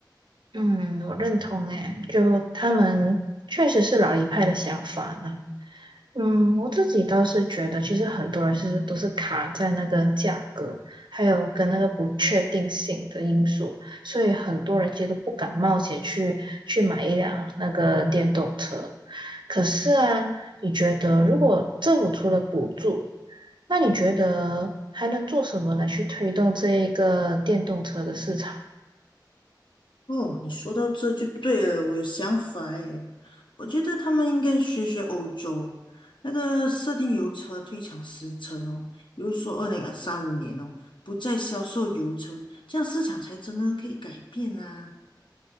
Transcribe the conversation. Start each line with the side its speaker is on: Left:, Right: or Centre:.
Right: 嗯，我认同诶、就他们确实是老一派的想法啦。嗯，我自己倒是觉得，其实很多人是都是卡在那个价格，还有跟那个不确定性的因素，所以很多人其实都不敢冒险去去买一辆那个电动车。可是啊，你觉得如果政府出了补助，那你觉得还能做什么来去推动这一个电动车的市场？
Left: 哦，你说到这就对了，我有想法诶，我觉得他们应该学学欧洲那个设定油车退场时程哦，比如说二零二三五年哦，不再销售油车，这样市场才真的可以改变啊。